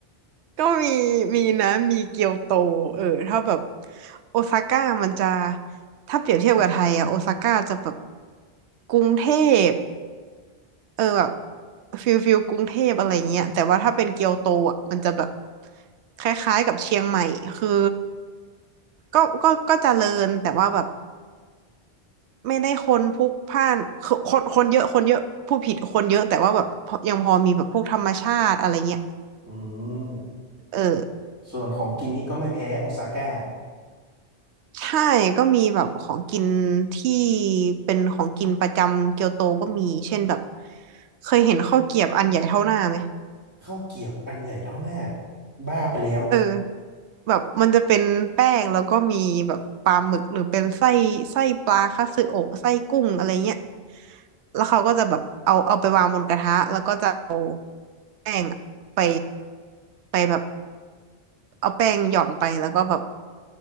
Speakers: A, on the right; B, on the right.
A: ก็มีมีนะมีเกียวโตเออถ้าแบบโอซาก้ามันจะถ้าเปรียบเทียบกับไทยอะโอซาก้าจะแบบกรุงเทพเออแบบฟิลฟิลกรุงเทพอะไรเงี้ยแต่ว่าถ้าเป็นเกียวโตอะมันจะแบบคล้ายๆกับเชียงใหม่คือก็ก็ก็เจริญแต่ว่าแบบไม่ได้คนพลุกพล่านคือคนคนเยอะคนเยอะผู้ผิดคนเยอะแต่ว่าแบบพอยังพอมีแบบพวกธรรมชาติอะไรเงี้ย
B: อืม
A: เออ
B: ส่วนของกินนี้ก็ไม่แพ้โอซาก้า
A: ใช่ก็มีแบบของกินที่เป็นของกินประจำเกียวโตก็มีเช่นแบบเคยเห็นข้าวเกรี๊ยบอันใหญ่เท่าหน้าไหม
B: ข้าวเกรี๊ยบอันใหญ่เท่าหน้าบ้าไปแล้ว
A: เออแบบมันจะเป็นแป้งแล้วก็มีแบบปลาหมึกหรือเป็นไส้ไส้ปลาคัตสึโอะไส้กุ้งอะไรเงี้ยแล้วเขาก็จะแบบเอาเอาไปวางบนกระทะแล้วก็จะเอาแป้งอะไปไปแบบเอาแป้งหย่อนไปแล้วก็แบบ